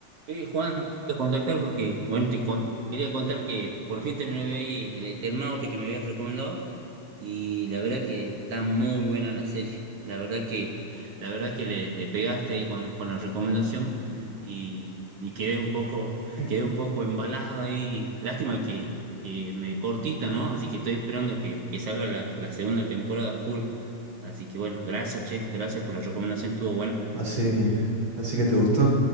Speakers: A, on the right; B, on the right.
A: Eh, Juan, te quería contactar porque, bueno, te con- quería contar que por fin terminé de ahí el Eternauta que me habías recomendado y la verdad que está muy buena la serie. La verdad que, la verdad que le, le pegaste ahí con, con la recomendación y, y quedé un poco,
B: <laughs>
A: quedé un poco embalado ahí. Lástima que, que me cortita, ¿no? Así que estoy esperando que, que salga la, la segunda temporada full. Así que bueno, gracias, che, gracias por la recomendación, estuvo buena.
B: Así, así que te gustó.